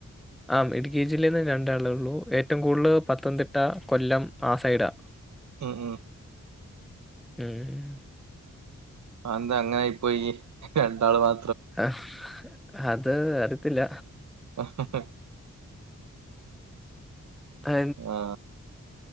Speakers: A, in the centre; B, on the right.
A: ആ ഇടുക്കി ജില്ലയിന്ന് രണ്ടാളുകൾ ള്ളൂ ഏറ്റവും കൂടുതൽ പത്തംതിട്ട കൊല്ലം ആ സൈഡാ
B: ഉം ഉം
A: ഉം
B: എന്താ അങ്ങനെ ഇ പോയി രണ്ടാൾ മാ
A: ആഹ് അത് അറിയത്തില്ല
B: ആഹ്
A: അ
B: ആ